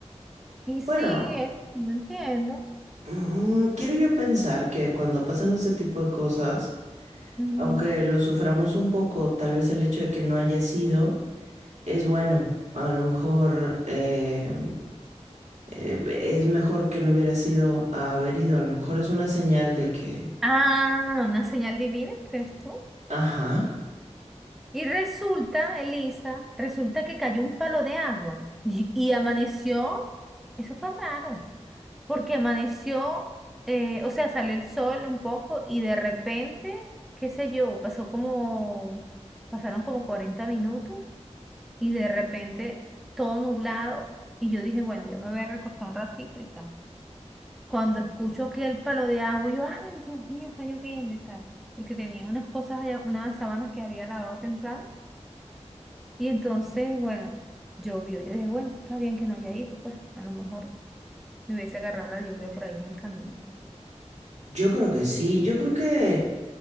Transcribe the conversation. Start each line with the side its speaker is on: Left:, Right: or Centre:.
Centre: Y sí,
Right: Bueno,
Centre: eh, no entiendo.
Right: mm, quiero yo pensar que cuando pasan ese tipo de cosas,
Centre: Ujú.
Right: aunque lo suframos un poco, tal vez el hecho de que no haya sido, es bueno. A lo mejor eh, eh, es mejor que no hubiera sido a haber ido. A lo mejor es una señal de que,
Centre: Ah, una señal divina, ¿crees tú?
Right: ajá.
Centre: Y resulta, Elisa, resulta que cayó un palo de agua y, y amaneció, eso fue raro, porque amaneció, eh, o sea, salió el sol un poco y de repente, qué sé yo, pasó como, pasaron como 40 minutos y de repente todo nublado y yo dije, bueno, yo me voy a recostar un ratito y tal. cuando escucho aquel palo de agua, yo, ay, Dios mío, está lloviendo y tal, porque tenía unas cosas allá, unas sábanas que había lavado temprano, y entonces, bueno, llovió, yo dije, bueno, está bien que no haya ido, pues, a lo mejor me hubiese agarrado la lluvia por ahí en el camino.
Right: Yo creo que sí, yo creo que